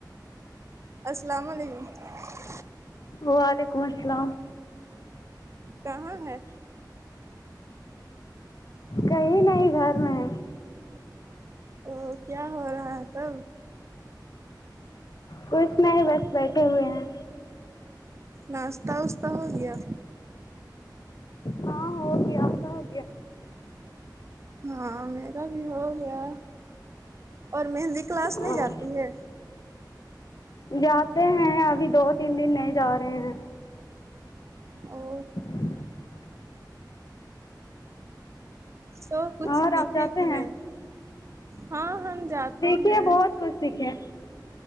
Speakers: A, on the right (about 40°); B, on the left (about 60°).
A: السلام علیکم
B: وعلیکم السلام
A: کہاں ہے
B: کہیں نہیں گھر میں
A: او کیا ہو رہا ہے تھا
B: کچھ نہیں بس بیٹھے ہوئے ہیں
A: ناشتہ وشتہ ہو گیا
B: ہاں ہو گیا آپ کا ہو گیا
A: ہاں میرا بھی ہو گیا اور مہندی کلاس
B: ہاں
A: نہیں جاتی ہے
B: جاتے ہیں ابھی دو تین دن نہیں جا رہے ہیں
A: او
B: <inaudible>
A: سو کچھ
B: اور
A: سیکھے
B: آپ جاتے
A: کہ نہیں
B: ہیں
A: ہاں ہم جاتے
B: سیکھے
A: ہیں
B: بہت کچھ سیکھے